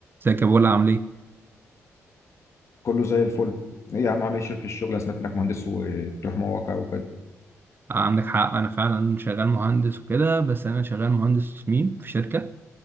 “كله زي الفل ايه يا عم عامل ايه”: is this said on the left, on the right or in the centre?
Left